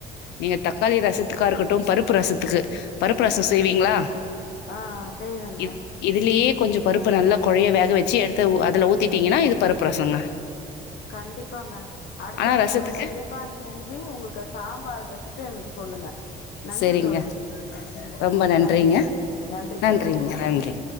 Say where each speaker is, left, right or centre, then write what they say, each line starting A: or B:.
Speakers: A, on the left; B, on the left.
A: நீங்க தக்காளி ரசத்துக்கா இருக்கட்டு பருப்பு ரசத்துக்கு பருப்பு
B: ஆ
A: ரசோ செய்வீங்களா
B: ஆ செய்வேங்க
A: இது இதுலயே கொஞ்சோ பருப்ப நல்லா கொழைய வேக வச்சி எடுத்து அதுல ஊத்திட்டிங்கன்னா இது பருப்பு ரசங்க
B: கண்டிப்பாங்க அடுத்த
A: ஆனா
B: இணைப்புல
A: ரசத்துக்கு
B: கண்டிப் பா இணஞ்சி உங்களுக்கு சாம்பார் ரெசிபி எங்களுக்கு சொல்லுங்க நன்றி
A: சரிங்க
B: தோழி ம்
A: ரொம்ப நன்றிங்க
B: நன்றி தோழி நன்றி
A: நன்றிங்க
B: தோழி
A: நன்றி